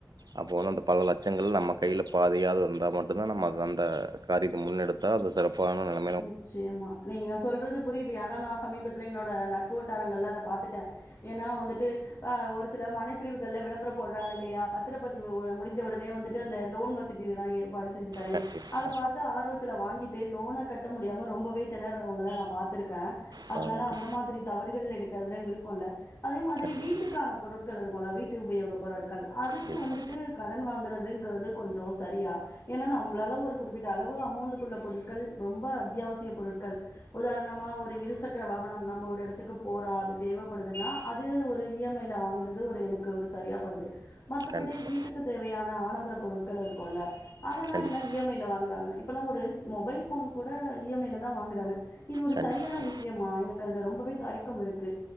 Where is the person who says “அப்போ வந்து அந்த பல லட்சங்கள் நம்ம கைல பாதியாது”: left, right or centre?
Right